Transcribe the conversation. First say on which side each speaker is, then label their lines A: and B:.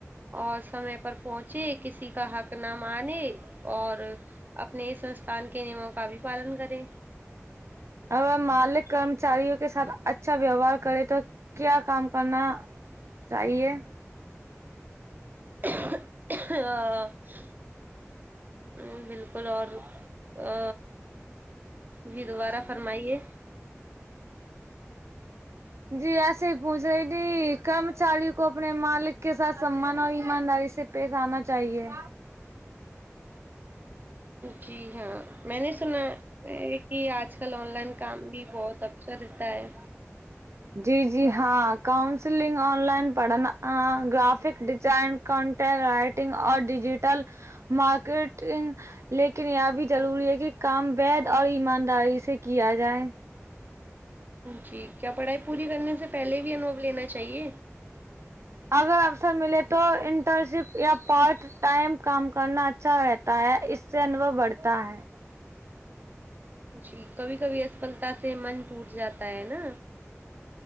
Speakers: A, on the right; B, on the right.
A: اور سمے پر پہنچے کسی کا حق نہ مانے اور اپنے اس سستھان کے نیموں کا بھی پالن کریں
B: اگر مالک کرمچاریوں کے ساتھ اچھا ویوہار کرے تو کیا کام کرنا چاہیے
A: ہ ہ بلکل اور ا جی دوبارہ فرمائیے
B: جی ایسے ہی پوچھ رہی تھی کرمچاری کو اپنے مالک کے ساتھ سمان اور ایمانداری سے پیش آنا چاہیے
A: جی ہاں میں نے سنا کہ آج کل آن لائن کام بھی بہت افسر رہتا ہے
B: جی جی ہاں کاؤنسلنگ آن لائن پڑھنا گرافک ڈیزائن کنٹینٹ رائٹنگ اور ڈیجیٹل مارکیٹنگ لیکن یہاں بھی ضروری ہے کہ کام وید اور ایمانداری سے کیا جائے
A: جی کیا پڑھائی پوری کرنے سے پہلے بھی انھو لینا چاہیے
B: اگر افسر ملے تو انٹرن شپ یا پارٹ ٹائم کم کرنا اچھا رہتا ہے اس سے انبھو بڑھتا ہے
A: جی کبھی کبھی اسفلتا سے من ٹوٹ جاتا ہے نا